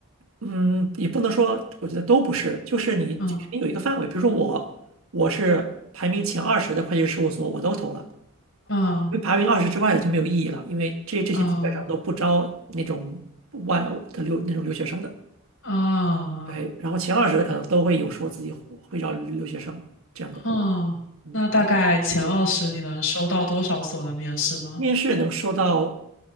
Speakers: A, on the right; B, on the left.
A: 嗯，也不能说，我觉得都不是，就是你肯定有一个范围。
B: 嗯
A: 比如说我，我是排名前二十的会计师事务所，我都投了，
B: 嗯
A: 因为排名二十之外的就没有意义了，因为这这些基本上都不招那种外的留那种留学生的。
B: 嗯啊，
A: 对，然后前二十的可能都会有说自己会招留学生这样的。
B: 嗯，
A: 嗯，
B: 那大概前二十你能收到多少所的面试呢？
A: 对，就是面试能收到